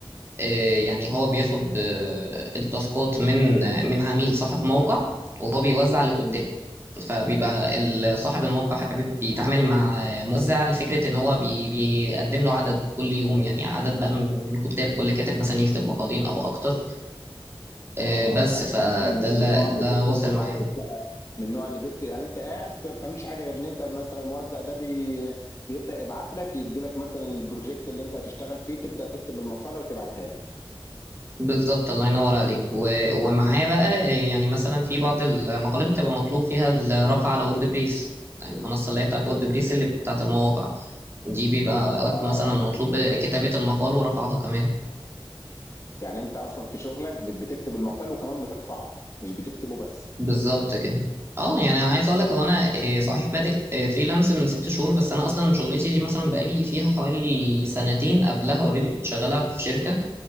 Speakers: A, on the right; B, on the left.
A: آه، يعني هو بياخد آه، التاسكات من آه، من عميل صاحب موقع وهو بيوزع لكتاب
B: مم.
A: فبيبقى ال- صاحب الموقع حابب بيتعامل مع آه، موزع لفكرة ان هو بي بيقدم له عدد كل يوم يعني عدد بقى من من كتاب كل كاتب مثلا يكتب مقالين او اكتر آه،
B: اه
A: بس
B: يعني
A: فده
B: انت اصلا من
A: اللي
B: من النوع اللي
A: ده
B: بيكتب
A: واصل
B: مقالات
A: معاه
B: بس. من النوع اللي بيكتب يعني انت قاعد ما بتعملش حاجه غير ان انت مثلا الموزع ده بي... بيبدا يبعت لك يدي لك مثلا البروجكت اللي انت هتشتغل فيه تبدا تكتب المقاله وتبعتها له
A: بالظبط الله ينور عليك و... ومعاه بقى يعني مثلا في بعض المقالات بتبقى مطلوب فيها الرفع على وورد بريس المنصة اللي هي بتاعت وورد بريس اللي بتاعت المواقع دي بيبقى
B: اه
A: وقت مثلا مطلوب كتابة المقال ورفعها كمان
B: يعني انت اصلا في شغلك بت- بتكتب المقال وكمان بترفعه مش بتكتبه بس
A: بالظبط كده اه يعني انا عايز اقول لك هو انا إيه، صحيح بادئ إيه، فريلانس من ست شهور بس انا اصلا شغلتي دي مثلا بقالي فيها حوالي سنتين قبلها اوريدي كنت شغالة في شركة